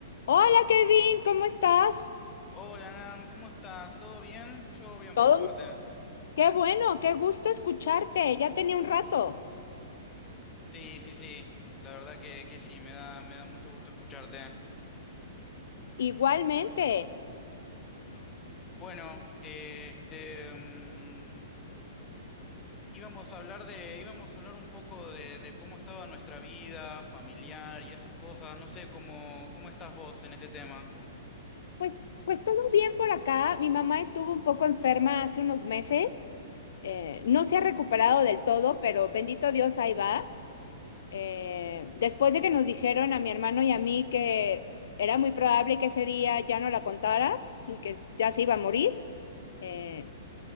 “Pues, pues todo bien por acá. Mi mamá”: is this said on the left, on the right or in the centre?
Left